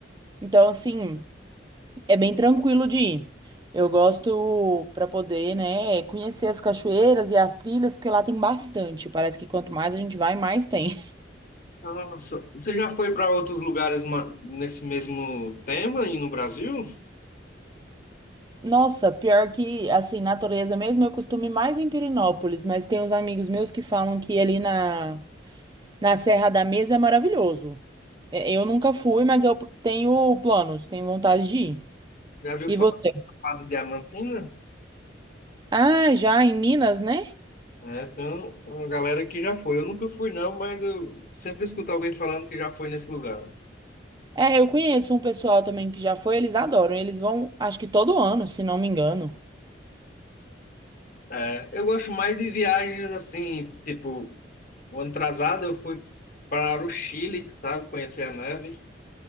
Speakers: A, on the right; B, on the left.
A: Então, assim, é bem tranquilo de ir. Eu gosto para poder, né, conhecer as cachoeiras e as trilhas, porque lá tem bastante. Parece que quanto mais a gente vai, mais tem.
B: Nossa, você já foi para outros lugares ma- nesse mesmo tema aí no Brasil?
A: <laughs> Nossa, pior que, assim, natureza mesmo, eu costumo ir mais em Pirinópolis mas tem uns amigos meus que falam que ali na, na Serra da Mesa é maravilhoso. É, Eu nunca fui, mas eu tenho planos, tenho vontade de ir.
B: Já viu
A: E
B: falar
A: você?
B: do Diamantina?
A: Ah, já em Minas, né?
B: É, então, uma galera que já foi. Eu nunca fui, não, mas eu sempre escuto alguém falando que já foi nesse lugar.
A: É, eu conheço um pessoal também que já foi, eles adoram. Eles vão, acho que todo ano, se não me engano.
B: É, eu gosto mais de viagens assim, tipo, o ano atrasado eu fui para o Chile, sabe, conhecer a neve.